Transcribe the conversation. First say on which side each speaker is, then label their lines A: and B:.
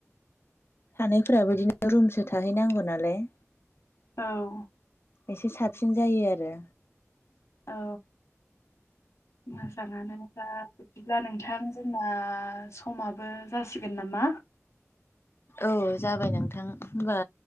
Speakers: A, on the left; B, on the left.
A: थानायफोराबो बिदिनो रुमसो थाहैनांगौ नालाय
B: औ
A: एसे साबसिन जायो आरो
B: औ
A: उ
B: मोजाङानो दा बिदिब्ला नोंथां जोंना समाबो जासिगोन नामा।
A: औ जाबाय नोंथां होमबा